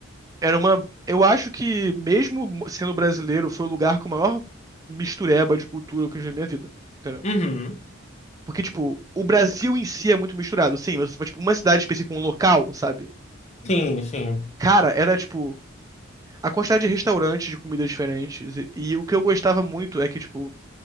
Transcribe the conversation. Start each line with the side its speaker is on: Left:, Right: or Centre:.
Right: Era uma. Eu acho que, mesmo sendo brasileiro, foi o lugar com a maior mistureba de cultura que eu já vi na minha vida. Entendeu?
Left: Uhum.
Right: Porque, tipo, o Brasil em si é muito misturado, sim, mas, tipo, uma cidade específica, um local, sabe?
Left: Sim, sim.
Right: Cara, era, tipo, a quantidade de restaurantes de comidas diferentes. E, e o que eu gostava muito é que, tipo,